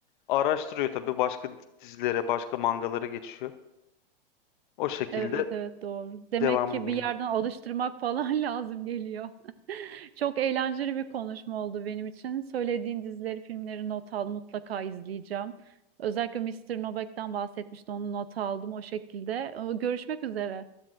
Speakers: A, on the left; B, on the right.
A: araştırıyor tabii başka dizilere, başka mangalara geçiyor. O şekilde
B: Evet evet doğru. Demek
A: devamı
B: ki
A: geliyor.
B: bir yerden alıştırmak falan <laughs> lazım geliyor. Çok eğlenceli bir konuşma oldu benim için. Söylediğin dizileri, filmleri not al, mutlaka izleyeceğim. Özellikle Mister Novak'tan bahsetmişti, onu not aldım o şekilde. Ee, Görüşmek üzere.